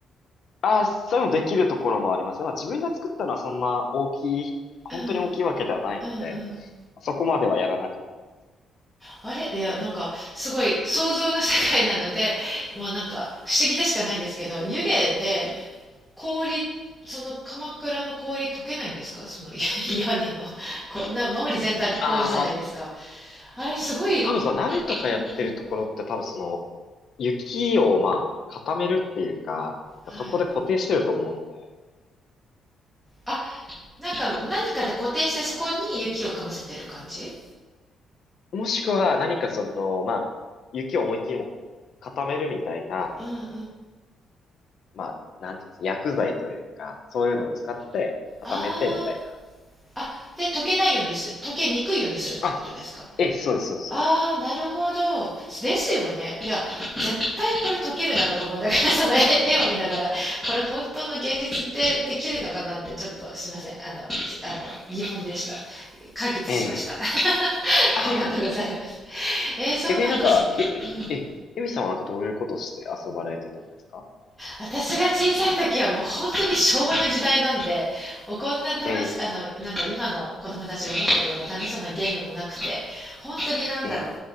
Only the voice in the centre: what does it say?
うん、うんうん
あれいやなんかすごい想像の世界なのでもうなんか不思議でしかないんですけど湯気で氷その鎌倉の氷溶けないんですかそのいや <laughs> 屋根のこうな周り全体氷じゃないですか
あれすごい、
うんうん
はい、あなんか何かで固定してそこに雪をかぶせてる感じ
うんうん
あーあで溶けないようにす溶けにくいようにするってことですか
ああ、なるほど。ですよね。いや、絶対これ解けるだろうと思いながら、<laughs> その絵、絵を見ながら、これ本当の現実ってできるのかなって、ちょっとすいません。あの、ひあの、疑問でした。解決しました。
<laughs>
ありがとうございます。
えー、そうなんですね。
うん。
私が小さい時はもう本当に昭和の時代なんで、もうこんな楽し、
あの、なんだ、今の子供たちが持ってるような楽しそうなゲームもなくて、本当になんだろう。